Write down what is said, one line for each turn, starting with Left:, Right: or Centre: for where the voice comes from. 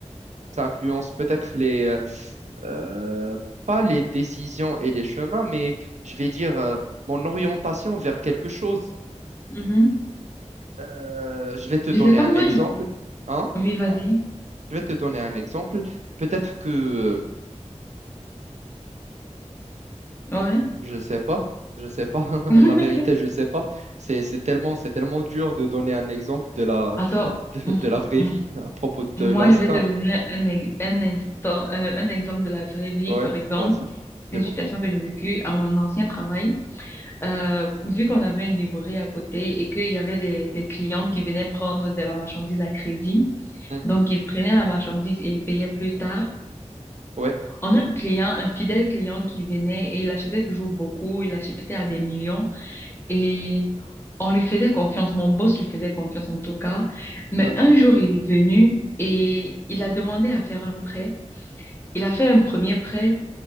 Right: ça influence peut-être les, euh, euh, pas les décisions et les chemins, mais je vais dire, euh, mon orientation vers quelque chose.
Left: Mhm.
Right: Euh, je vais te donner
Left: Je sais pas,
Right: un
Left: moi,
Right: exemple.
Left: je...
Right: Hein?
Left: Oui, vas-y.
Right: Je vais te donner un exemple. Peut-être que euh,
Left: Ouais.
Right: je sais pas, je sais pas. <laughs>
Left: <laughs>
Right: La vérité, je sais pas. C'est c'est tellement c'est tellement dur de donner un exemple de la
Left: Attends,
Right: <laughs> de
Left: m-
Right: de la vraie
Left: m-
Right: vie à propos
Left: moi,
Right: de l'instinct.
Left: je vais te donner un, ex- un instant, euh, un exemple de la vraie vie,
Right: Ouais,
Left: par exemple.
Right: vas-y, dis-moi.
Left: C'est une situation que j'ai vécue à mon ancien travail. Euh, vu qu'on avait une librairie à côté et qu'il y avait des, des clients qui venaient prendre de la marchandise à crédit,
Right: Hmm.
Left: donc ils prenaient la marchandise et ils payaient plus tard.
Right: Ouais,
Left: On a un client, un fidèle client qui venait et il achetait toujours beaucoup, il achetait à des millions et on lui faisait confiance, mon boss lui faisait confiance en tout cas. Mais
Right: ouais,
Left: un jour, il est venu et
Right: Mhm.
Left: il a demandé à faire un prêt. Il a fait un premier prêt.